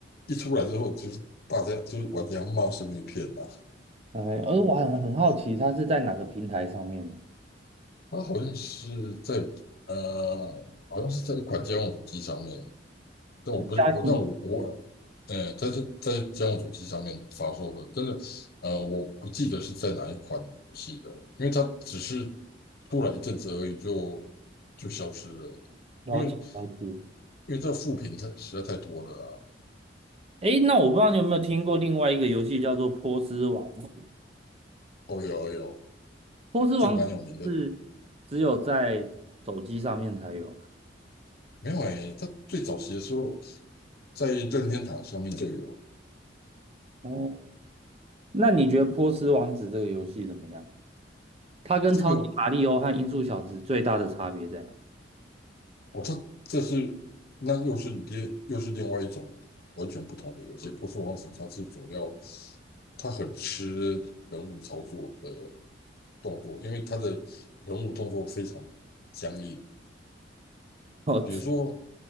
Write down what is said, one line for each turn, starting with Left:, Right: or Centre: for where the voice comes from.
Left: 一出来之后，就是大家就是玩家骂声一片呐、
Right: 哎，而我很很好奇，它是在哪个平台上面
Left: 他好像是在呃，好像是在一款家用主机上面，这我不是我，
Right: 啊？家用主机哦
Left: 但我我，呃，它是在家用主机上面发售的，但是呃，我不记得是在哪一款游戏的，因为它只是出来一阵子而已就就消失了，
Right: 了解了解。
Left: 因为因为这个副品太实在太多了啊。
Right: 诶，那我不知道你有没有听过另外一个游戏叫做《波斯王子》，
Left: 哦，有哦有，
Right: 《波斯王子》是只有在手机上面才有啊。
Left: 这个蛮有名的，没有诶，它最早期的时候在任天堂上面就有
Right: 哦，那你觉得《波斯王子》这个游戏怎么样？它跟《超级马里奥》和《音速小子》最大的差别在哪？
Left: 这个，我这这是那又是另又是另外一种完全不同的游戏。不是王子它是主要他很吃人物操作的动作，因为他的人物动作非常僵硬。
Right: <laughs> 哦，
Left: 比如说，